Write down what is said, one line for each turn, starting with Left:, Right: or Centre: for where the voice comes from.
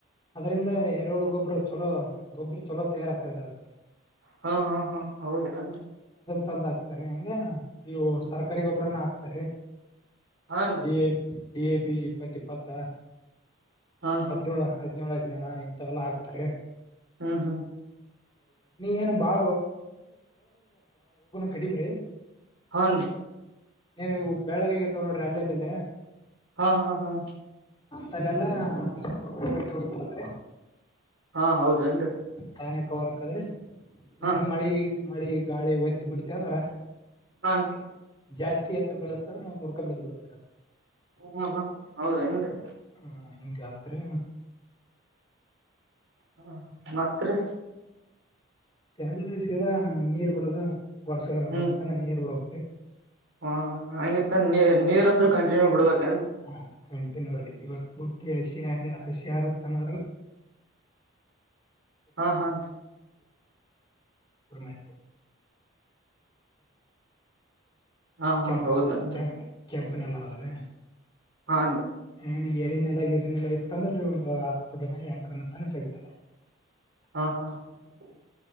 Left: ಅದರಿಂದ ಎರ ಏಳು ಗೊಬ್ಬರು ಚಲೋ ಗೊಬ್ಬರು ಚಲೋ ತಯಾರ ಹಾಕದ್ರ ಅದೆ.
Right: ಹಾ ಹಾ ಹಾ ಹೌದು ಹೆನ್ರಿ.
Left: ತಂದ ಹಾಕ್ತಾರೆ ಹಂಗ ಇವು ಸರ್ಕಾರಿ ಗೊಬ್ಬರನ ಹಾಕ್ತಾರಿ
Right: ಹಾನ್ರಿ
Left: D A. D A P ಇಪ್ಪತ್ತ ಇಪ್ಪತ್ತ
Right: ಹಾ ಹಾ
Left: ಹದಿನೇಳೇಳು
Right: ಹಾ
Left: ಹದಿನೇಳು. <unintelligible> ಇಂತವೆಲ್ಲ ಹಾಕ್ತಾರೆ.
Right: ಹ್ಮ್ ಹ್ಮ್.
Left: ಏನು ಬಾಳ ಕಡಿಮೆ ರೀ.
Right: ಹಾನ್.
Left: ನೀಏನ್ ಬೆಳಗಾಗಿರ್ತಾವ ನೋಡ್ರಿ ಅಲ್ಲಲ್ಲೆಲ್ಲಿ.
Right: ಹಾ ಹಾ ಹಾ.
Left: ತಲೆೆಲ್ಲ <unintelligible>
Right: ಹಾ ಹೌದೇನ್ರಿ
Left: ತಾನಕ ಹೊರಕ್ದ್ರಿ. ನೀನ್
Right: ಹಾ ಹಾ
Left: ಮಳಿ ಮಳಿ ಗಾಳಿ ಒತ್ತ ಬಿಡ್ತ ಅಂದ್ರ
Right: ಹಾನ್ರಿ
Left: ಜಾಸ್ತಿತ್. <unintelligible> ಮುರ್ಕೊಂಡಂಬ್ ಬಿಡ್ತಿರ.
Right: ಹಾ ಹಾ ಹೌದೇನ್ರಿ
Left: ಹ ರಾತ್ರಿ.
Right: ಹಾ ಮತ್ತ ರಿ.
Left: ತಂಗಸದ ನೀರ್ ಬಿಡದ ವರ್ಷ
Right: ಹ್ಮ್
Left: ವರ್ಸತನ ನೀರ್ ಬಿಡಕ್ರಿ.
Right: ಹ ಹಂಗಿತ್ತ ನೀ ನೀರ್ ಅಂದ್ರರು ಕಂಟಿನ್ಯೂ ಬಿಡ್ಬೇಕು.
Left: ಹಾ ಕಂಟ ನೋರಿ ಇವತ್ ಬುಟ್ಟಿ ಹಸಿರ ಹಸಿಯಾರತ್ ಅದ್ರಲ್ಲಿ.
Right: ಹಾ ಹಾ
Left: <unintelligible>
Right: ಹಾ ಹಾ
Left: ಕೆಂಪ್ನ
Right: ಹೌದೇನ್ರಿ
Left: ಕೆಂಪ್ ಕೆಂಪನಲ್ಲ ಆದ್ರೆ.
Right: ಹಾನ್ರಿ
Left: ಏನ ಎರಿನೆಲ್ಲ ಗರಿನೆಲ್ಲ ಇತ್ತಂದ್ರರಿ ಒಂದ ಹತ್ತು ದಿನ ಎಂಟ ದಿನ <unintelligible> ತಾನ ಜಗತ್ತದೆ. <unintelligible>
Right: ಹಾ ಹಾ <unintelligible>